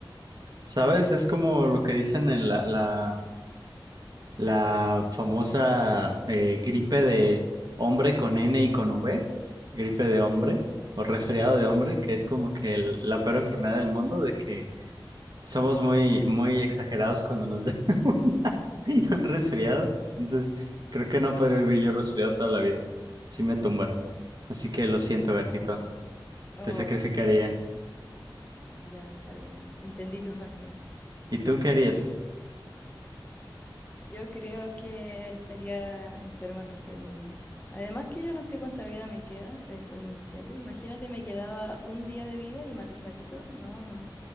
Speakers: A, on the right (about 55°); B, on the left (about 20°).
A: ¿Sabes? Es como lo que dicen en la, la, la famosa eh, gripe de hombre con N y con V, gripe de hombre o resfriado de hombre, que es como que el- la peor enfermedad del mundo, de que somos muy, muy exagerados cuando nos da <laughs> resfriado. Entonces, creo que no podré vivir yo resfriado toda la vida. Sí me tumba. Así que lo siento, gatito.
B: Oh,
A: Te sacrificaría.
B: ya está bien. Entendí tus razones.
A: ¿Y tú qué harías?
B: Yo creo que estaría enferma el resto de mi vida. Además que yo no sé cuánta vida me queda, es un misterio. Imagínate, me quedaba un día de vida y maté a un gatito. No, no.